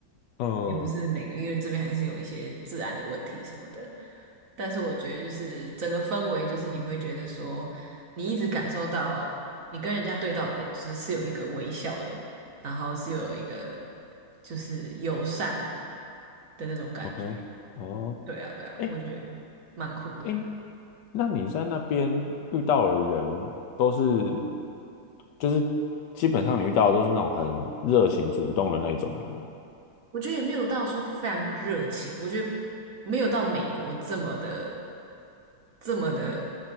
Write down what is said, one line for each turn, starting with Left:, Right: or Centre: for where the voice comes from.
Left: 嗯
Right: 也不是每个，因为这边还是有一些治安的问题什么的。但是我觉得就是整个氛围，就是你会觉得说，你一直感受到你跟人家对到眼，就是是有一个微笑的，然后是有一个就是友善的那种感觉。
Left: 嗯哼，哦，
Right: 对啊，对啊，
Left: 哎
Right: 我觉得蛮酷的。
Left: 哎，那你在那边遇到的人都是，就是基本上你遇到的都是那种很热情主动的那种吗？
Right: 我觉得也没有到说非常热情，我觉得没有到美国这么的这么的